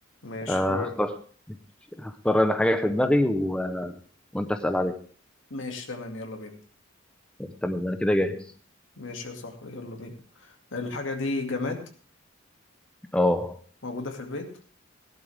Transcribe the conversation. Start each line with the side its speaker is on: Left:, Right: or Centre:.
Left: ماشي
Centre: آه،
Left: هو
Centre: هختار هختار أنا حاجة في دماغي و... آه، وأنت أسأل عليها
Left: ماشي تمام يلا بينا
Centre: تمام أنا كده جاهز
Left: ماشي يا صاحبي يلا بينا الحاجة دي جماد
Centre: أه
Left: موجودة في البيت